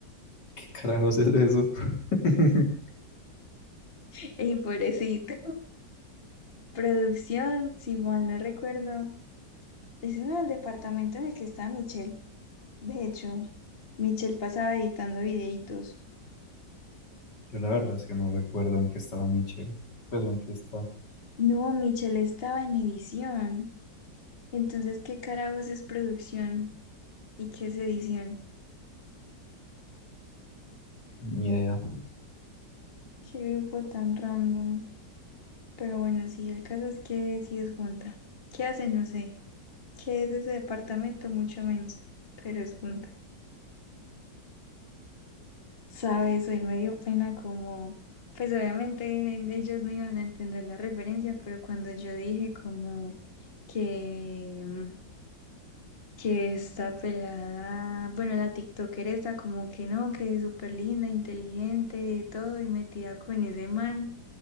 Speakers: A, on the left; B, on the left.
A: ¿qué carajos es eso? <laughs>
B: <laughs> Y pobrecito. Producción, si mal no recuerdo. Ese no era el departamento en el que estaba Michelle. De hecho, Michelle pasaba editando videitos.
A: Yo la verdad es que no recuerdo en qué estaba Michelle. Pues en qué está,
B: No, Michelle estaba en edición. Entonces, ¿qué carajos es producción? ¿Y qué es edición?
A: ni idea.
B: Qué grupo tan random. Pero bueno, sí, el caso es que sí es junta. ¿Qué hace? No sé. ¿Qué es ese departamento? Mucho menos, pero es junta. Sabes, hoy me dio pena como, pues obviamente en- ellos no iban a entender la referencia, pero cuando yo dije como que, mm, que esta pelada, bueno, la TikToker está como que no, que es súper linda, inteligente, de todo, y metida con ese man.